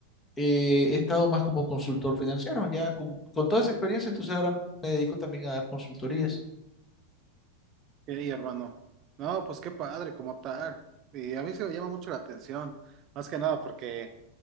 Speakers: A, on the left; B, on the right.
A: eh, he estado más como consultor financiero, ya con, con toda esa experiencia, entonces ahora me dedico también a dar consultorías.
B: Ey, hermano. No, pues qué padre, como tal. Y a mí se me llama mucho la atención, más que nada porque,